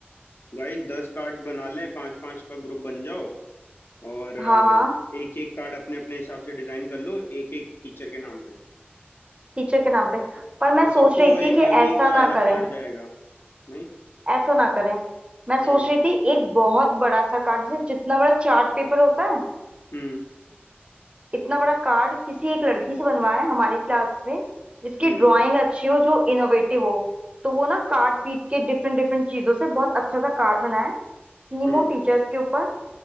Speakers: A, on the left; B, on the right.
A: गाइस दस कार्ड्स बना लें पांच पांच का ग्रुप बन जाओ और
B: हाँ हाँ
A: एक एक कार्ड अपने अपने हिसाब से डिजाइन कर लो एक एक टीचर के नाम पे
B: टीचर के नाम पे पर मैं
A: तो
B: सोच
A: सबको
B: रही
A: एक
B: थी कि
A: यूनिक
B: ऐसा ना
A: और अलग
B: करें
A: कार्ड जाएगा नहीं
B: ऐसा ना करें मैं सोच
A: हम्म
B: रही थी एक बहुत बड़ा सा कार्ड जैसे जितना बड़ा चार्ट पेपर होता है
A: हम्म
B: इतना बड़ा कार्ड किसी एक लड़की से बनवाएं हमारी क्लास में जिसकी
A: हम्म
B: ड्राइंग अच्छी हो जो इनोवेटिव हो तो वो ना कार्ड पीट के डिफरेंट डिफरेंट चीजों से बहुत अच्छा सा कार्ड बनाए थीम
A: हम्म
B: हो टीचर्स के ऊपर